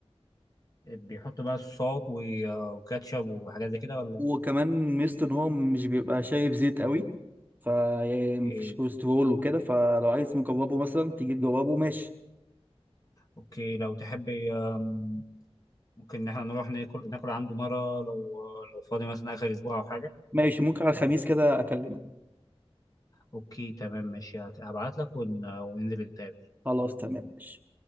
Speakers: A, on the left (about 35°); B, on the right (about 15°).
A: بيحط بقى صوصات و- آه، وكاتشب وحاجات زي كده ولا
B: وكمان ميزته ان هو مش بيبقى شايب زيت قوي ف يعني مفيش
A: ايه
B: كوليسترول وكده فلو عايز مجربه مثلا تيجي تجربه ماشي
A: اوكي لو تحب آم، ممكن ان احنا نروح ناكل ناكل عنده مره لو لو فاضي مثلا اخر اسبوع او حاجه
B: ماشي ممكن على الخميس كده اكلمك
A: اوكي تمام ماشي هبعت لك ون- آه، وننزل نتقابل
B: خلاص تمام ماشي.